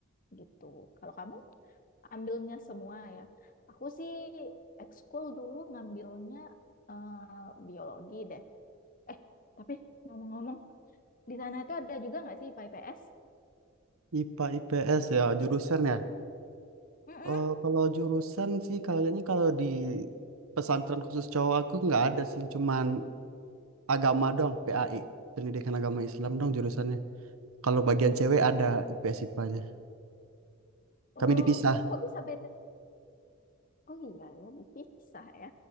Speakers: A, on the left (about 40°); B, on the right (about 85°).
A: gitu. Kalau kamu ambilnya semua ya. Aku sih ekskul dulu ngambilnya eh, biologi deh. Eh, tapi ngomong-ngomong, di sana itu ada juga nggak sih IPA IPS?
B: IPA IPS ya jurusan ya
A: Mm-mm.
B: oh kalau jurusan sih kayaknya kalau di pesantren khusus cowok aku nggak ada sih cuman agama dong PAI pendidikan agama Islam dong jurusannya kalau bagian cewek ada IPS IPA-nya
A: Oh,
B: kami dipisah
A: kok bisa beda? Oh iya ya, dipisah ya.